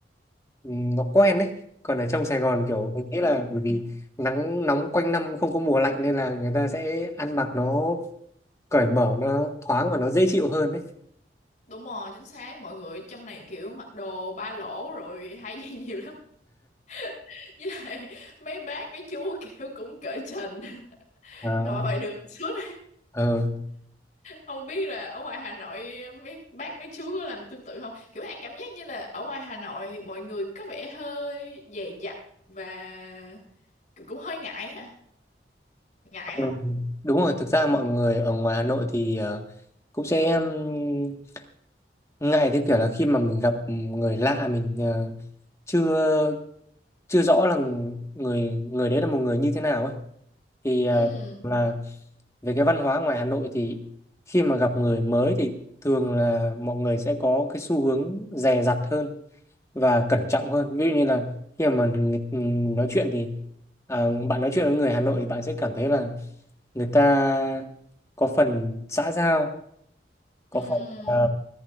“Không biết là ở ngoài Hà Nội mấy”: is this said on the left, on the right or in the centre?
Left